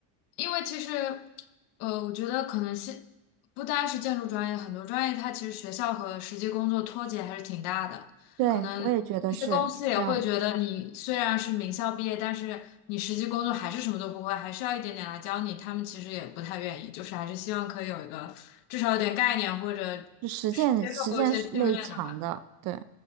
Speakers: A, on the left; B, on the right.
A: 因为其实，呃，我觉得可能是不单是建筑专业，很多专业它其实学校和实际工作脱节还是挺大的。
B: 对，
A: 可能一些公司也会觉得你虽然是名校毕业，
B: 我也觉得是是这样，
A: 但是你实际工作还是什么都不会，还是要一点点来教你。他们其实也不太愿意，就是还是希望可以有一个至少有点概念或者
B: 就实践实践是类强的，
A: 是接受过一些训练的吧。
B: 对，